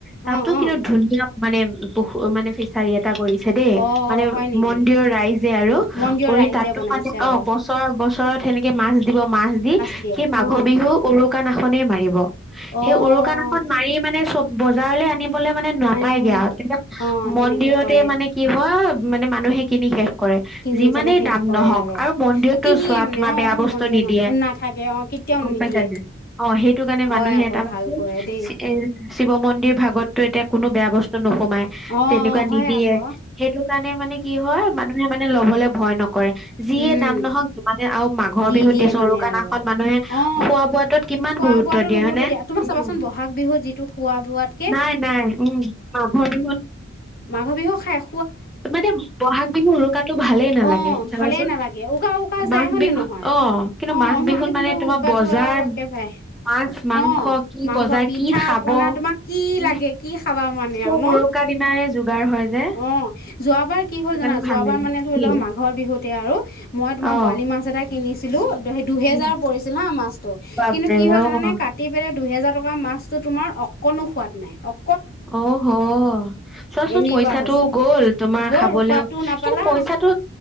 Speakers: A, in the centre; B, on the left.
A: তাতো
B: অ', অ',
A: কিন্তু ধুনীয়া মানে বহু মানে ফিছ চাৰিয়েট চিন্তা কৰিছে দেই
B: অ',
A: মানে
B: হয় নেকি
A: মন্দিৰৰ ৰাইজে আৰু
B: মন দিয়
A: কৰি
B: ৰাইজে
A: তাতো
B: বনাইছে
A: মানে
B: আৰু
A: অ বছৰ-বছৰত হেনেকে মাছ দিব মাছ দি
B: দিয়ে
A: সেই মাঘ
B: অ',
A: বিহু উৰু দোকান এখনেই মাৰিব।
B: অ',
A: সেই উৰুকানাখন মাৰি মানে চব বজাৰলৈ আনিম বলে মানে নাপায়গে
B: আনিবলৈ
A: আৰু তেতিয়া
B: অ',
A: মন্দিৰতে
B: তেনেকে কৰে
A: মানে কি হয়। অ, মানে মানুহে কিনি শে কৰে
B: কিনি
A: যিমানেই
B: পেলাই শেষ
A: দাম
B: কৰে
A: নহওক আৰু মন্দিৰতটো
B: কিনিয়ে
A: চোৱা
B: মানে
A: তোমাৰ
B: অ
A: বেয়া বস্তু
B: মন্দিৰৰ
A: নিদিয়ে
B: ম নাথাকে অ কেতিয়াও
A: গম
B: নিদিয়ে
A: পাইছোনে অ' সেইটো কাৰণে
B: হয়
A: মানুহে
B: আকৌ
A: এটা
B: ভাল কৰে দেই
A: এ শিৱ মন্দিৰ ভাগততো এতিয়া কোনো বেয়া বস্তু নোসোমাই।
B: অ
A: তেনেকুৱা
B: হয়
A: নিদিয়ে
B: আকৌ
A: সেইটো কাৰণে মানে কি হয় মানুহে মানে ল'বলে। ভয় নক কৰে যিয়ে
B: উম
A: দাম নহওক যিমানে আৰু মাঘৰ
B: দি
A: বিহুত
B: দিয়ে
A: দিয়া
B: মানে
A: উৰুকানাখন
B: আৰু
A: মানুহে
B: অ
A: খোৱা বোৱাটোত কিমান
B: খোৱা
A: গুৰুত্ব
B: বোৱাতো
A: দিয়ে হয়নে
B: দিয়া তোমাৰ
A: উ
B: চাবাচোন বহাগ বিহুত যিটো খোৱা বোৱাতকে
A: নাই-নাই উ মাঘৰ বিহুত।
B: মাঘ বিহু শেষ
A: মানে ব'হাগ বিহু উৰুকাটো ভালেই নালাগে।
B: অ
A: চাবাচোন
B: ভালেই নালাগে উকা উকা যায়
A: মাঘ
B: হয়নে
A: বিহু
B: নহয়
A: অ' কিন্তু
B: অ'
A: বিহুত
B: মাঘ বিহু
A: মানে তোমাৰ
B: উৰুকাটো
A: বজাৰ
B: আৰু একেবাৰে
A: মাছ, মাংস,
B: অ
A: কি
B: মাংস,
A: বজাৰ,
B: পিঠা-পনা
A: কি খাব
B: তোমাক কি
A: উম,
B: লাগে কি খাবা মানে
A: চব
B: আৰু ন
A: উৰুকা দিনাৰে যোগাৰ হয় যে
B: অ যোৱাবাৰ কি
A: সেইটো
B: হ'ল
A: কাৰণে
B: জানা যোৱাবাৰ
A: ভাল লাগে।
B: মানে ধৰি
A: কি
B: ল মাঘৰ বিহুত তেতিয়া আৰু মই তোমাৰ
A: অ',
B: বৰালি মাছ এটা ভু ভু কিনিছিলো দুহেজাৰ
A: উম,
B: পৰিছিল হা মাছ ত ইহ
A: বাপৰে
B: কিন্তু কি হল
A: অ',
B: জানানে কাটি পেলাই দুইহেজাৰ টকা মাছটো তোমাৰ অকনো সু সোৱাদ নাই অক
A: অহ অ' চোৱাচোন
B: এনেকুৱা
A: পইচাটোও
B: হৈছে
A: গ'ল তোমাৰ
B: গ'ল
A: খাবলৈও
B: সোৱাদটো নাপালা
A: কিন্তু পইচাটো